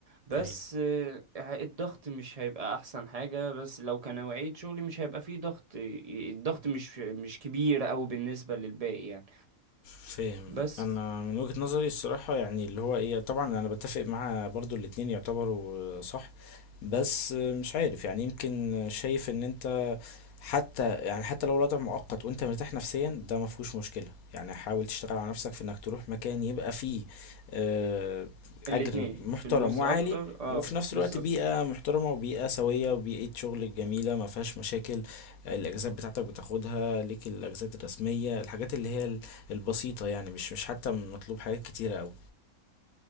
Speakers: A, on the right; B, on the left.
A: بس
B: ايوه
A: آه، ه- الضغط مش هيبقى احسن حاجة بس لو كنوعية شغلي مش هيبقى فيه ضغط ي- الضغط مش مش كبير او بالنسبة للباقي يعني
B: فاهم
A: بس
B: انا من وجهة نظري الصراحة يعني اللي هو ايه طبعا انا بتفق مع برضو الاتنين يعتبروا آه، صح بس مش عارف يعني يمكن شايف ان انت حتى يعني حتى لو الوضع مؤقت وانت مرتاح نفسيا ده ما فيهوش مشكلة يعني حاول تشتغل على نفسك في انك تروح مكان يبقى فيه آه،
A: الاتنين
B: اجر محترم
A: فلوس
B: وعالي
A: اكتر اه
B: وفي نفس
A: بالظبط
B: الوقت بيئة محترمة وبيئة سوية وبيئة شغل جميلة ما فيهاش مشاكل الأجازات بتاعتك بتاخدها ليك الأجازات الرسمية الحاجات اللي هي ال- البسيطة يعني مش مش حتى مطلوب حاجات كتيرة أوي